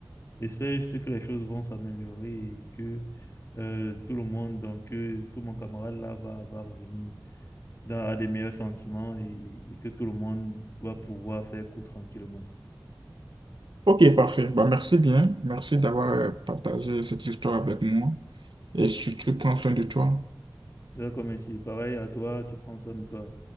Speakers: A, on the left (about 35°); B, on the right (about 75°).
A: J'espère juste que les choses vont s'améliorer et que euh, tout le monde, donc que, que mon camarade là va, va revenir dans, à des meilleurs sentiments et, et que tout le monde va pouvoir faire court tranquillement.
B: Ok, parfait. Bah, merci bien. Merci d'avoir euh, partagé cette histoire avec moi. Et surtout, prends soin de toi.
A: D'accord, merci. Pareil à toi, tu prends soin de toi.